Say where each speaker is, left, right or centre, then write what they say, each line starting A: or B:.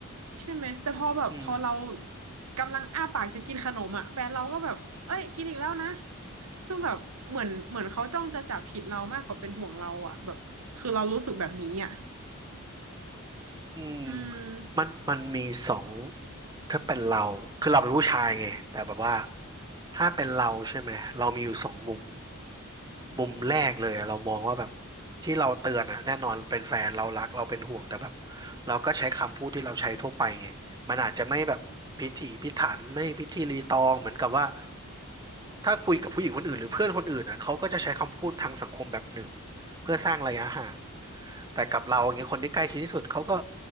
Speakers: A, on the right; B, on the right.
A: ใช่ไหมแต่พอแบบพอเรา
B: อืม
A: กำลังอ้าปากจะกินขนมอ่ะแฟนเราก็แบบเอ้ยกินอีกแล้วนะซึ่งแบบเหมือนเหมือนเขาจ้องจะจับผิดเรามากกว่าเป็นห่วงเราอ่ะแบบคือเรารู้สึกแบบนี้อ่ะ
B: อืม
A: อืม
B: มันมันมีสองถ้าเป็นเราคือเราเป็นผู้ชายไงแต่แบบว่าถ้าเป็นเราใช่ไหมเรามีอยู่สองมุม มุมแรกเลยอะเรามองว่าแบบที่เราเตือนอะแน่นอนเป็นแฟนเรารักเราเป็นห่วงแต่แบบเราก็ใช้คำพูดที่เราใช้ทั่วไปไงมันอาจจะไม่แบบพิถีพิถันไม่พิธีรีตองเหมือนกับว่าถ้าคุยกับผู้หญิงคนอื่นหรือเพื่อนคนอื่นอะเขาก็จะใช้คำพูดทางสังคมแบบหนึ่งเพื่อสร้างระยะห่างแต่กับเราอย่างเงี้ยคนที่ใกล้ชิดที่สุดเขาก็